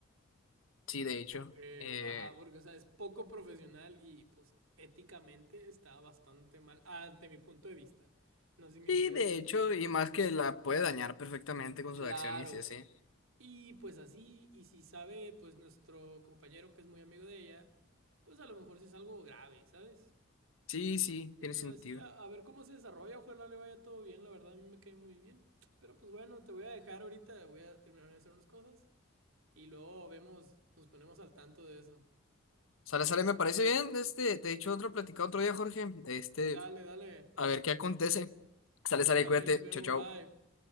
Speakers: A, on the left; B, on the right.
A: Sí, de hecho.
B: Porque,
A: Eh,
B: ajá, porque, o sea, es poco profesional y pues éticamente está bastante mal, ante mi punto de vista. No significa
A: sí, de
B: que así
A: hecho,
B: sea,
A: y
B: ¿no?
A: más que la puede dañar perfectamente con
B: Claro.
A: sus acciones y así.
B: Y pues así, y si sabe, pues nuestro compañero que es muy amigo de ella, pues a lo mejor sí es algo grave, ¿sabes?
A: Sí, sí,
B: Y
A: tiene
B: pues
A: sentido.
B: así, a, a ver cómo se desarrolla, ojalá le vaya todo bien, la verdad a mí me cae muy bien. Pero pues bueno, te voy a dejar ahorita, voy a terminar de hacer unas cosas y luego vemos, nos ponemos al tanto de eso.
A: Sale, sale, me parece bien. Este, te he dicho otro, platicado otro día, Jorge. Este,
B: Dale, dale,
A: a ver qué acontece. Sale, sale,
B: sale,
A: cuídate.
B: nos vemos,
A: Chao, chao.
B: bye.